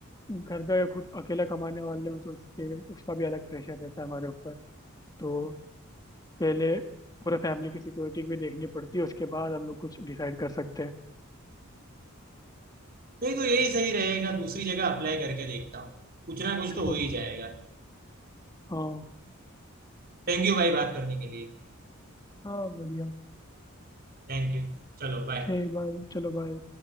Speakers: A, on the left; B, on the right.
A: घर पे अगर खुद अकेला कमाने वाले हो तो उसके उसका भी अलग प्रेशर रहता है हमारे ऊपर तो पहले पूरा फैमिली की सिक्योरिटी भी देखनी पड़ती है उसके बाद हम लोग कुछ डिसाइड कर सकते हैं
B: नहीं तो यही सही रहेगा दूसरी जगह अप्लाई करके देखता हूँ कुछ ना कुछ
A: बिल्कुल
B: तो हो ही जाएगा
A: हाँ
B: थैंक यू भाई बात करने के लिए
A: हाँ बढ़िया
B: Thank you चलो बाय
A: ठीक भाई चलो भाई